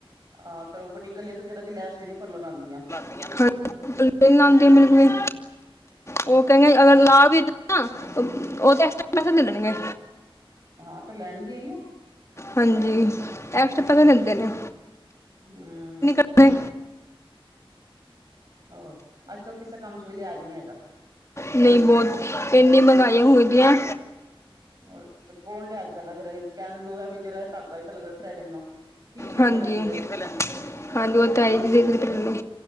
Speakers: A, on the right; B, on the left.
A: ਆ ਤੇ ਓ ਬਟੀਕ ਅਲੀ ਤੇ ਜਰਾ ਜੀ ਲੈਸ ਵੀ ਨੀ ਪਲਿਓ ਲਾਂਦੀਆਂ।
B: ਹਾਂਜੀ, ਨਈ ਲਾਂਦੀਆਂ ਬਿਲਕੁਲ ਵੀ। ਓ ਕੈਂਦੇ ਅਗਰ ਲਾ ਵੀ ਦੇਣਗੇ ਨਾ ਓ ਤਾਂ ਐਕਸਟ੍ਰਾ ਪੈਸੇ ਲੈ ਲੈਣਗੇ।
A: ਹਾਂ ਤੇ ਲੈਣਗੀਆਂ ਈ ਓ।
B: ਹਾਂਜੀ ਐਕਸਟ੍ਰਾ ਪੈਸੇ ਲੈਂਦੇ ਨੇ।
A: ਹੂੰਅ।
B: ਨਈ।
A: ਹੋਰ, ਅੱਜ ਕੱਲ ਕਿਸੇ ਕੰਮ 'ਚ ਵੀ ਲਿਆਜ਼ ਨੀ ਹੈਗਾ।
B: ਨਈ ਬੋਤ ਏਨੀ
A: ਹੁਣ
B: ਮਗਾਈ ਹੋਈ ਦੀਆ।
A: ਔਰ ਤੇ ਕੌਣ ਲਿਆਜ ਕਰਦਾ ਜਰਾ ਈ, ਕੈਣ ਨੂੰ ਐਵੀ ਜਰਾ ਜਿਆ ਧਾਗਾ ਈ ਤੇ ਲੱਗਦਾ ਥਰੈਡਿੰਗ ਨੂੰ। ਤੀਹ ਤੀਹ
B: ਹਾਂਜੀ
A: ਰੁਪਏ ਲੈਂਦੇ
B: - ਹਾਂਜੀ ਓ ਤਾਂ ਆਈਬਰੋ-'